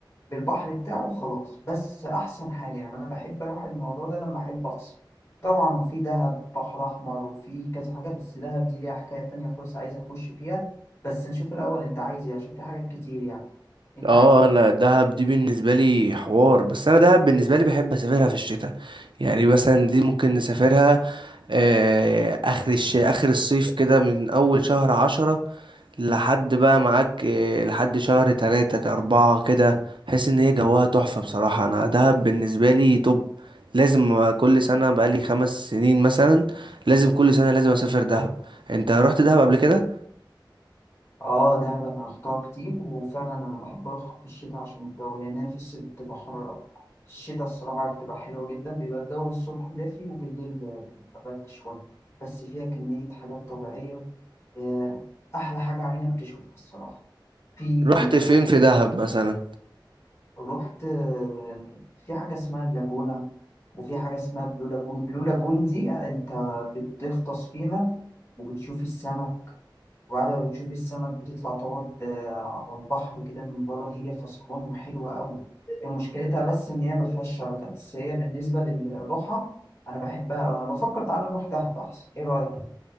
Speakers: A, on the left; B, on the right.
A: بالبحر بتاعه خلاص بس احسن حاجه يعني انا بحب اروح الموضوع ده لما احب افصل طبعا وفي دهب بحر احمر وفي كذا حاجه بس دهب دي ليها حكايه تانية خالص عايز اخش فيها بس نشوف الاول انت عايز ايه عشان في حاجات كتير يعني انت
B: اه
A: عايز ايه
B: انا دهب دي بالنسبه لي حوار بس انا دهب بالنسبه لي بحب اسافرها في الشتاء يعني مثلا دي ممكن نسافرها آه، اخر الش... اخر الصيف كده من اول شهر عشرة لحد بقى معاك آه، لحد شهر تلاتة اربعة كده حس ان هي جواها تحفة بصراحة انا دهب بالنسبة لي طب لازم كل سنة بقالي خمس سنين مثلا لازم كل سنة لازم اسافر دهب انت رحت دهب قبل كده
A: اه دهب انا رحتها كتير وفعلا انا بحب اروحها في الشتاء عشان الجو لان هي في الصيف بتبقى حر قوي في الشتاء الصراحه بتبقى حلوه جدا بيبقى الجو الصبح دافي وبالليل بيبقى برد شويه بس فيها كميه حاجات طبيعيه آه، أحلى حاجة عينك تشوفها الصراحة في
B: رحت
A: آه،
B: فين في دهب مثلا
A: رحت آه، في حاجة اسمها اللاجونة وفي حاجة اسمها بلو لاجون بلو لاجون دي أنت بتغطس فيها وبتشوف السمك وبعد ما بتشوف السمك بتطلع تقعد آه، على البحر كده من بره هي فصلان وحلوة أوي مشكلتها بس إن هي مفيهاش شبكة بس هي بالنسبة للروحة أنا بحبها أوي أنا بفكر تعالى نروح دهب أحسن إيه رأيك؟